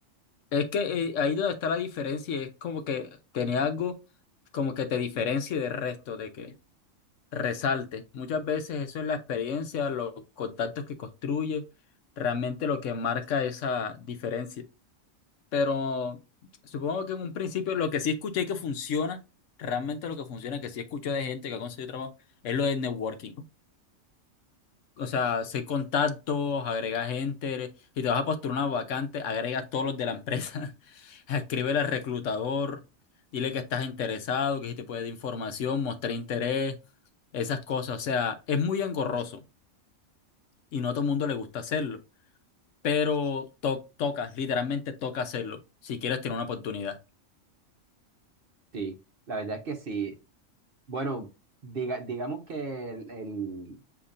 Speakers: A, on the left (about 75°); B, on the right (about 50°).
A: Es que eh, ahí donde está la diferencia y es como que tenía algo como que te diferencie del resto, de que resalte. Muchas veces eso es la experiencia, los contactos que construye, realmente lo que marca esa diferencia. Pero supongo que en un principio lo que sí escuché que funciona, realmente lo que funciona, que sí escuché de gente que ha conseguido trabajo, es lo del networking o sea, seis contactos, agregas gente, y te vas a postular una vacante, agregas todos los de la empresa, <laughs> escríbele al reclutador, dile que estás interesado, que si te puede dar información, mostrar interés, esas cosas. O sea, es muy engorroso y no a todo el mundo le gusta hacerlo, pero to- toca, literalmente toca hacerlo, si quieres tener una oportunidad.
B: Sí, la verdad es que sí. Bueno, diga- digamos que el,